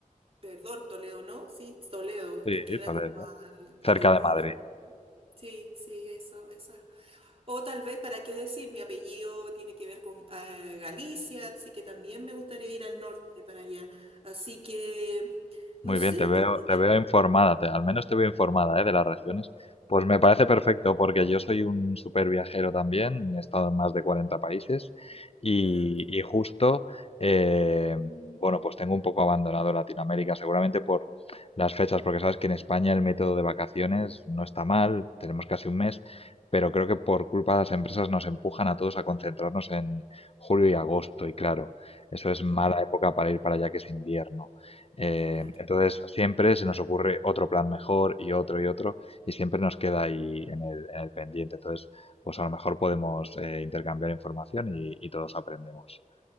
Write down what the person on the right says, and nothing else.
perdón, Toledo, ¿no? Sí, Toledo,
que queda
como a,
a dos
horas.
Sí, sí, eso, eso. O tal vez, ¿para qué decir? Mi apellido tiene que ver con eh, Galicia, así que también me gustaría ir al norte para allá. Así que, no
sé,
tú tienes...
Yo también.
Mm,
claro,